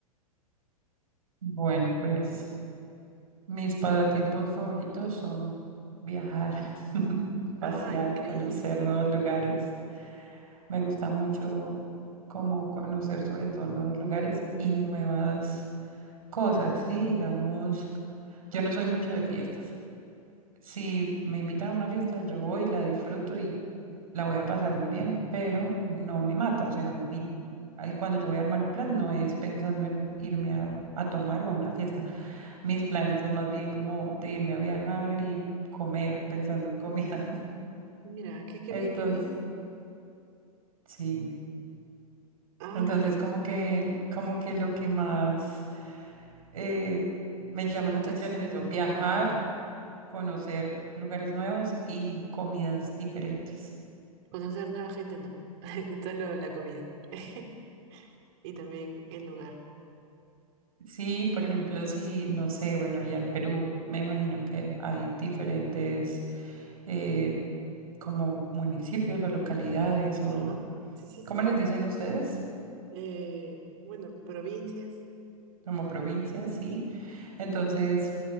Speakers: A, on the right (about 65°); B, on the right (about 45°).
A: Bueno, pues mis pasatiempos favoritos son viajar, <laughs> pasear,
B: Ah, increíble.
A: conocer nuevos lugares. Me gusta mucho como conocer sobre todo nuevos lugares y nuevas cosas, sí, digamos, yo no soy mucho de fiestas. Si me invitan a una fiesta, yo voy, la disfruto y la voy a pasar muy bien, pero no me mata. O sea, mi, ahí cuando yo voy a armar un plan, no es pensando en irme a, a tomar o a una fiesta. Mis planes son más bien como de irme a viajar y comer pensando en comidas. <laughs>
B: Mira, qué, qué
A: Entonces,
B: bien, qué bien.
A: sí.
B: Ah,
A: Entonces,
B: mira,
A: como que, como que lo que más eh, me
B: disfrutas.
A: llama la atención es eso,
B: Ujú.
A: viajar, conocer lugares nuevos y comidas diferentes.
B: Conocer nueva gente, no. <laughs> Solo la comida. <laughs> Y también el lugar.
A: Sí, por ejemplo, si, no sé, bueno, allá en Perú me imagino que hay diferentes eh, como municipios o localidades o,
B: Ajá. Sí, sí, sí.
A: ¿cómo les dicen ustedes?
B: Eh, bueno, provincias.
A: Como provincias, sí. Entonces,